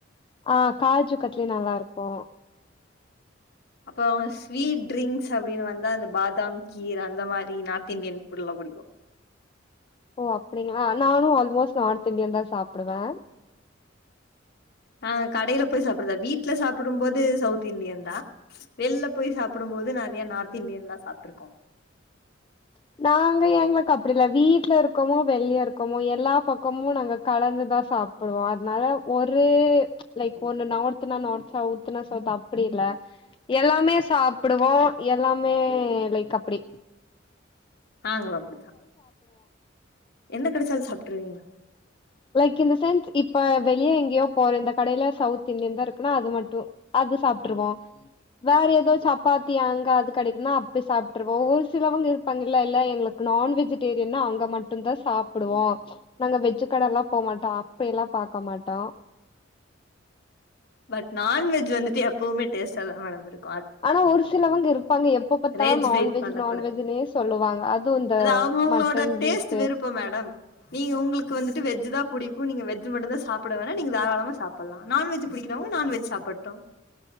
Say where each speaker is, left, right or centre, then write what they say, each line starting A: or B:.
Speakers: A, on the left; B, on the left.
A: ஆ காஜு கட்லி நல்லாருக்கு
B: அப்பற ஸ்வீட் ட்ரிங்க்ஸ் அப்டின் வந்தா அந்த பாதாம் கீர் அந்த மாரி நார்த் இன்டியன் ஃபுட் ல புடிக்கு
A: ஓ அப்டிங்ளா நானு அல்மோஸ்ட் நார்த் இன்டியன் தா சாப்புடுவ
B: ஆ கடையில போய் சாப்டறதா வீட்ல சாப்டும் போது சவுத் இண்டியன் தா வெளில போய் சாப்புடும் போது நறையா நார்த் இன்டியன்லா சாப்ட்ருக்கோ
A: <unintelligible> நாங்க எங்ளுக்கு அப்டி இல்ல வீட்ல இருக்கமோ வெளிய இருக்கமோ எல்லா பக்கமு நாங்க கலந்து தா சாப்புடுவோ அதனால ஒரு லைக் ஒண்ணு நார்த்துனா நார்த் சௌத்துனா சௌத் அப்பிடி இல்ல எல்லாமே சாப்புடுவோ எல்லாமே லைக் அப்பிடி
B: நாங்களு அப்படித்தா என்ன கெடைச்சாலு சாப்ட்டுருவிங்ளா
A: லைக் இன் த சென்ஸ் இப்ப வெளியே எங்கயோ போற இந்த கடையில சவுத் இண்டியன் தா இருக்குனா அது மட்டு அது சாப்ட்ருவோ வேற ஏதோ சப்பாத்தி அங்க அது கெடைக்குனா அப்டி சாப்ட்ருவோ ஒரு சிலவங்க இரு பங்கால்ல இல்ல எங்களுக்கு நான் வெஜிடேரியன்னா அங்க மட்டுந்தா சாப்டுவோ நாங்க வெஜு கட எல்லா போ மாட்டோ அப்பயெல்லா பாக்க மாட்டோ
B: பட் நான்வெஜ் வந்துட்டு எப்பவுமே டேஸ்டா தா மேடம் இருக்
A: ஆனா ஒரு சிலவங்க இருப்பாங்க எப்ப பாத்தாலு
B: ரேஜ்
A: நான்வெஜ்
B: வெயிட் பண்ண
A: நான்வெஜ்னே சொல்லுவாங்க அது இந்த
B: அவுங்கவுங்களோட
A: மட்டன்
B: டேஸ்ட்
A: பீஃப்
B: விருப்ப மேடம் நீங்க உங்களுக்கு வந்துட்டு வெஜ் தா புடிக்கு நீங்க வெஜ் மட்டுந்தா சாப்டுவேனா நீங்க தாராளமா சாப்படலா நான்வெஜ் புடிக்கிறவங்க நான்வெஜ் சாப்பட்டு